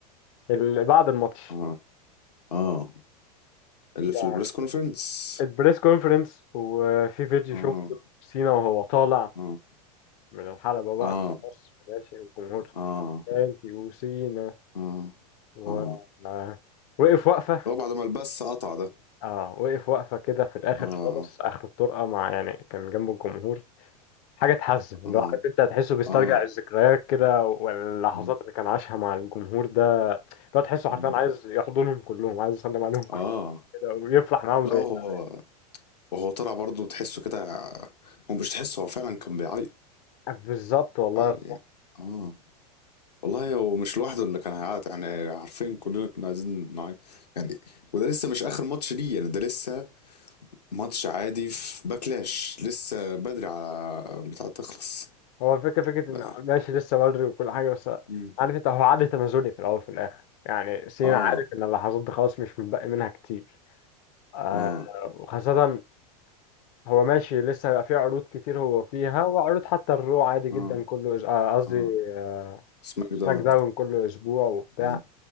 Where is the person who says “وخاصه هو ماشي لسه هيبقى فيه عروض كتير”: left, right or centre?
Left